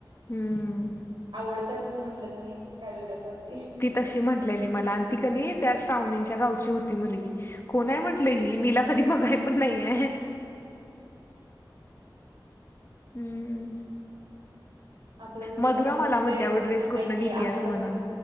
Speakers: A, on the left; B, on the right.
A: हम्म
B: आवडत्यास असं म्हटलं कणीं काय वेगळंच वाटतंय.
A: ती तशी म्हटलेली मला आणि ती कनी त्या पाहुण्यांच्या गावची होती मुलगी कोण आहे म्हटल की मी हिला कधी बगाय पण नाहीये. हम्म.
B: आपलं
A: मधुरा
B: लक्ष
A: मला
B: नसतेयं
A: म्हणते अगं ड्रेस कुठनं
B: ऐक
A: घेतेस
B: आपलं
A: म्हणून.